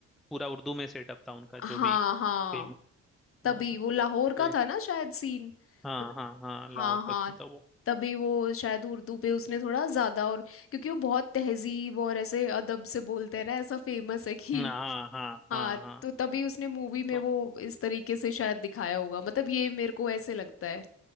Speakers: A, in the centre; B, on the left.
A: पूरा उर्दू में सेटअप था उनका जो
B: हाँ
A: भी
B: हाँ
A: फिल्म
B: तभी
A: हाँ
B: वो लाहौर का
A: तो ये-
B: था ना शायद सीन
A: हाँ
B: मतलब
A: हाँ हाँ,
B: हाँ
A: लाहौर
B: हाँ
A: का सीन था वो
B: तभी वो शायद उर्दू पे उसने थोड़ा ज्यादा और क्योंकि वो बहुत तहजीब और ऐसे अदब से बोलते हैं ना ऐसा फेमस है कि
A: हाँ हाँ
B: हाँ
A: हाँ हाँ
B: तो तभी उसने मूवी में
A: तो
B: वो इस तरीके से शायद दिखाया होगा मतलब ये मेरे को ऐसे लगता है